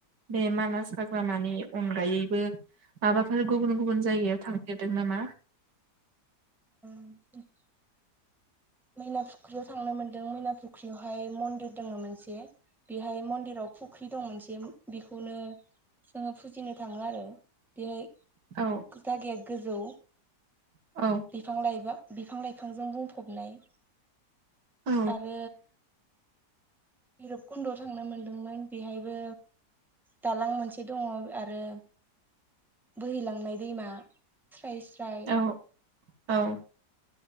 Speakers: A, on the right; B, in the centre.
A: बे मानास हाग्रामानि अनगायैबो माबाफोर गुबुन गुबुन जायगायाव थांफेरदों नामा?
B: <unintelligible> मैना फुख्रियाव थांनो मोनदों मैना फुख्रियावहाय मन्दिर दङ मोनसे। बेहाय मन्दिराव फुख्रि दं मोनसे। बेखौनो जोङो फुजिनो थाङो आरो बेहाय
A: औ
B: जागाया गोजौ
A: औ
B: बिफां-लइबा बिफां-लाइफांजों बुंफबनाय
A: औ
B: आरो भैरबकुन्द'आव थांनो मोनदोंमोन बेहायबो दालां मोनसे दङ आरो बोहैलांनाय दैमा साय स्राय
A: औ औ